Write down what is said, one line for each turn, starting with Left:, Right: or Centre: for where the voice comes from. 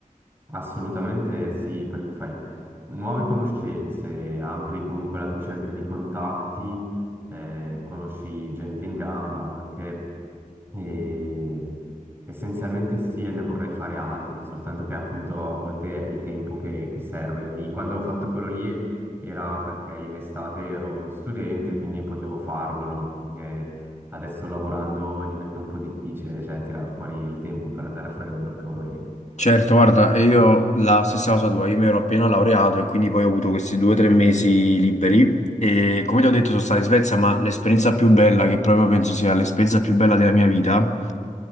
Right: Assolutamente sì, perché fai nuove conoscenze, ampli comunque la tua cerchia di contatti, eh, conosci gente in gamba anche e essenzialmente sì, e ne vorrei fare altri, soltanto che appunto a volte è il tempo che, che serve. Lì, quando ho fatto quello lì era perché in estate ero studente, quindi potevo farlo, no? E adesso lavorando diventa un po' difficile, cioè tirar fuori il tempo per andare a fare workaway.
Left: Certo, guarda, e io la stessa cosa tua, io mi ero appena laureato e quindi poi ho avuto questi due o tre mesi liberi e come ti ho detto sono stato in Svezia, ma l'esperienza più bella, che proprio penso sia l'esperienza più bella della mia vita,